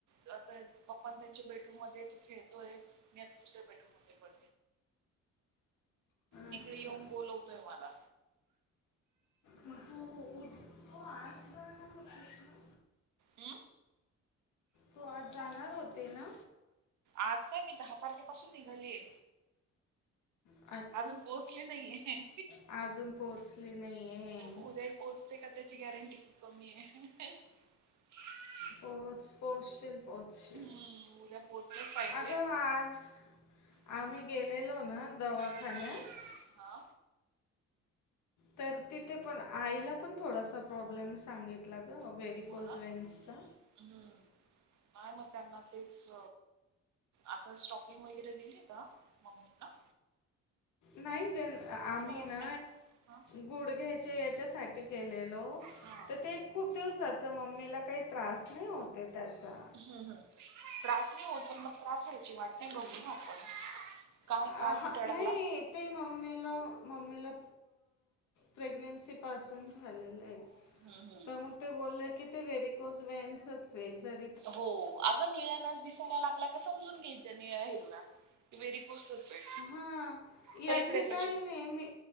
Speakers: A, on the right; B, on the left.
A: ता पप्पांना त्यांच्या बेडरूम मध्ये तो खेळतोय. दुसरा बेडरूम मध्ये पळ तिकडे
B: अच्छा
A: येऊन बोलवतोय मला.
B: मग तू उद- तू आज जाणार होतीस ना?
A: ह.
B: तू आज जाणार होते ना?
A: आज काय मी दहा तारखेपासून निघालीय.
B: ह <inaudible>
A: अजून पोहोचले नाहीे.
B: अजून पोहोचली नाही आहे
A: उद्या ही पोहच ते का त्याची गॅरंटी खूप कमी आहे. <inaudible>
B: पो पोहचशील पोहचशील.
A: हम्म उद्या पोहोचलंच पाहिजे
B: अगं आज
A: हा
B: आम्ही गेलेलो ना दवाखान्यात.
A: हम्म हा
B: तर तिथे पण आईला पण थोडासा प्रॉब्लेम सांगितला ग व्हेरी
A: हो
B: कोज
A: ना
B: व्हेन्सचा.
A: हम्म नाही म त्यांना तेच. आता स्टॉकिंग वगैरे दिली का मम्मीना
B: नाही ग आम्ही
A: फरक
B: ना
A: नाही हा
B: गुडघ्याच्या याच्यासाठी गेलेलो.
A: हा
B: तर ते खूप दिवसाच मम्मीला काही त्रास नाही होते त्याचा.
A: हम् हम त्रास नाही होत प मग त्रास व्हायची वाट नाही बघू ना आपण. काय
B: आ,
A: काय
B: हा
A: कुठे अडकला.
B: नाही ते म्मीेमीला मम्मीला प्रेग्नेन्सी पासून झालेलं आहे.
A: हम्म हम्म
B: तर मग ते बोलले कि ते व्रीकोस वेन्स स <unintelligible>
A: हो अग निळ्या नच दिसायला लागला का समजून घ्यायच्या निळ्या हिरव्या व्हेरी कसच आहे
B: हा यांनी
A: चल इकडे प्रश्न
B: काही नाही मी